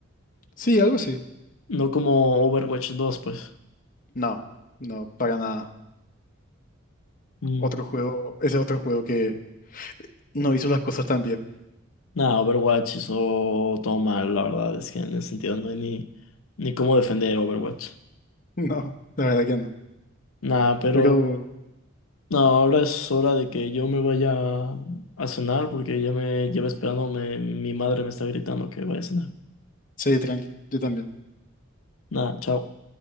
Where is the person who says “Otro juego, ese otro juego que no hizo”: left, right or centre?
Left